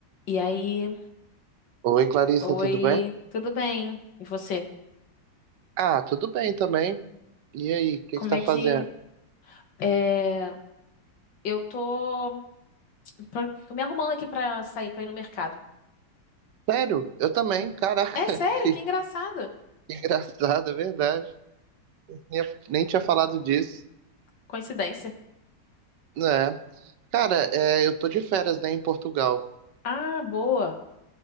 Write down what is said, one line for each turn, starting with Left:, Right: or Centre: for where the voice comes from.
Left: E aí,
Right: Oi, Clarissa,
Left: oi,
Right: tudo bem?
Left: tudo bem? E você?
Right: Ah, tudo bem também. E aí, o que
Left: Como
Right: que você tá
Left: é
Right: fazendo?
Left: que é... Eu tô, pra- tô me arrumando aqui pra sair pra ir no mercado.
Right: Sério? Eu também, caraca,
Left: É
Right: <laughs>
Left: sério?
Right: que,
Left: Que engraçado.
Right: que engraçado, é verdade. Nem, nem tinha falado disso,
Left: Coincidência.
Right: né? Cara, é, eu tô de férias, né, em Portugal.
Left: Ah, boa.